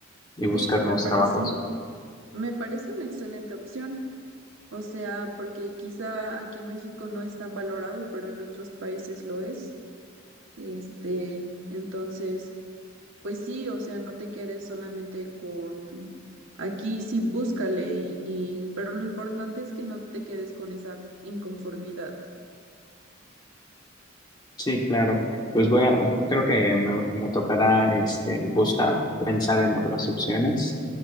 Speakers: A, on the left; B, on the right.
A: y buscar
B: Sí, me
A: nuevos
B: parece,
A: trabajos?
B: me parece una excelente opción. O sea, porque quizá aquí en México no es tan valorado, pero en otros países lo es. Este, entonces, pues sí, o sea, no te quedes solamente con aquí, sí, búscale y, y- pero lo importante es que no te quedes con esa inconformidad.
A: Sí, claro. Pues voy a, creo que me, me tocará este buscar, pensar en otras opciones,